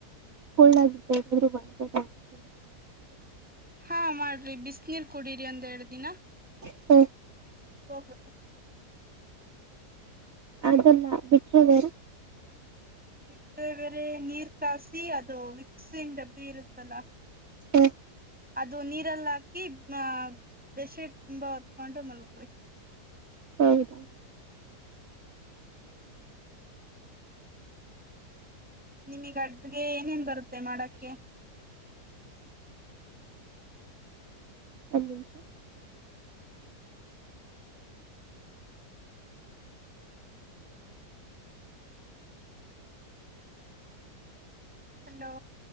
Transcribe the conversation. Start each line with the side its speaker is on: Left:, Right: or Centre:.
Right: ಕೊಳ್ಳಾಗಿದರು <unintelligible>
Centre: ಹಾ ಮಾಡ್ರಿ ಬಿಸ್ ನೀರ್ ಕುಡರಿ ಒಂದೆರೆಡ್ ದಿನ
Right: ಹ್ಮ
Centre: ಹೋಗದು
Right: ಅದಲ್ಲ ಬಿಟ್ರದಾರ
Centre: ಬಿಟ್ಟರೆೆ ಬೇರೆ ನೀರ್ ಕಾಸಿ ಅದು ವಿಕ್ಸಿನ್ ಡಬ್ಬಿ ಇರುತ್ತಲ್ಲ
Right: ಹ
Centre: ಅದು ನೀರಲ್ಲ ಹಾಕಿ ಮ ಬೆಸ್ ಶೀಟ್ ತುಂಬಾ ಹೊತ್ಕೊಂಡು ಮಲ್ಗ್ ಬೇಕ್
Right: ಹೌದ
Centre: ನಿಮಗ್ ಅಡ್ಗೆ ಏನೇನ್ ಬರುತ್ತೆ ಮಾಡಕ್ಕೆ
Right: ಒಂನ್ನಿಂಶ
Centre: ಹಲೋ